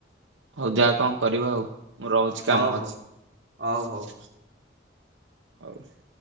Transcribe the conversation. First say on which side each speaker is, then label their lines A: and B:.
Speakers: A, on the right; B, on the right.
A: ହଉ ଯା କଣ କରିବ ଆଉ, ମୁଁ ରହୁଚି
B: ହଉ
A: କାମ
B: ହଉ
A: ଅଛି।
B: ହଉ ହଉ।
A: ଆଉ ସି